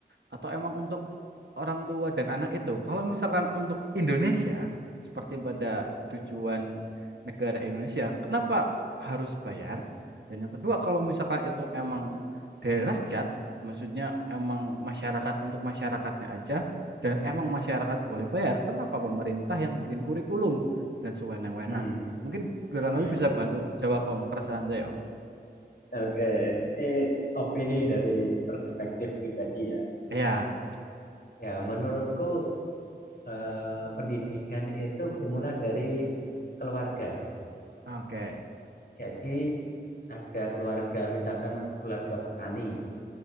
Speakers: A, on the right; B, on the left.
A: Atau emang untuk orang tua dan anak itu? Kalau misalkan untuk Indonesia, seperti pada tujuan negara Indonesia, kenapa harus bayar? Dan yang kedua, kalau misalkan itu emang dari rakyat, maksudnya emang masyarakat untuk masyarakatnya aja, dan emang masyarakat boleh bayar, kenapa pemerintah yang bikin kurikulum dan sewenang-wenang?
B: Hmm,
A: Mungkin barangkali
B: ya.
A: bisa bantu jawab Om, keresahan saya Om.
B: Oke, ini opini dari perspektif pribadi ya.
A: Iya.
B: Ya, menurutku eh, pendidikan itu bermula dari keluarga.
A: Oke.
B: Jadi ada keluarga, misalkan keluarga petani.